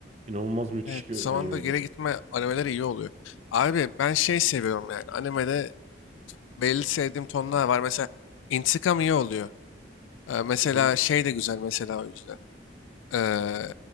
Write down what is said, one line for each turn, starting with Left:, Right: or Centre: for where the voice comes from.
Right: İnanılmaz müthiş
Left: Evet.
Right: bir
Left: Zamanda
Right: animeydi.
Left: geri gitme animeleri iyi oluyor. Abi ben şey seviyorum yani. Animede belli sevdiğim tonlar var. Mesela intikam iyi oluyor. Ee, mesela
Right: Hı hı.
Left: şey de güzel mesela o yüzden. Ee,